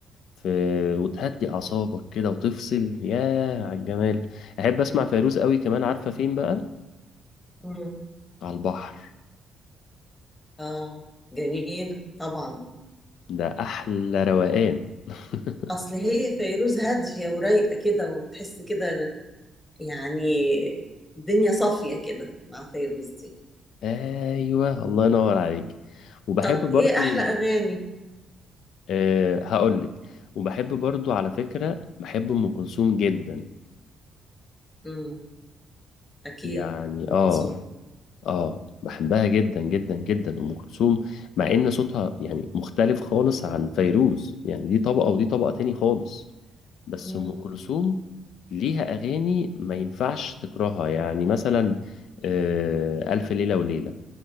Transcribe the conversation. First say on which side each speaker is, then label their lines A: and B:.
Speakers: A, on the left (about 75°); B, on the left (about 20°).
A: في وتهدي اعصابك كده وتفصل ياه على الجمال احب اسمع فيروز قوي كمان عارفة فين بقى
B: مم.
A: على البحر
B: اه جميله طبعا
A: ده احلى روقان <laughs>
B: اصل هي فيروز هاديه ورايقه كده وتحس كده يعني الدنيا صافيه كده مع فيروز دي
A: ايوه الله ينور عليك وبحب
B: طب
A: برضو
B: ايه احلى اغاني
A: أه هقولك وبحب برضو على فكرة بحب ام كلثوم جدا
B: مم. اكيد
A: يعني
B: ام
A: اه
B: كلثوم
A: اه بحبها جدا جدا جدا ام كلثوم مع ان صوتها يعني مختلف خالص عن فيروز يعني دي طبقة ودي طبقة تاني خالص بس
B: مم.
A: ام كلثوم ليها اغاني ما ينفعش تكرهها يعني مثلا آه الف ليلة وليلة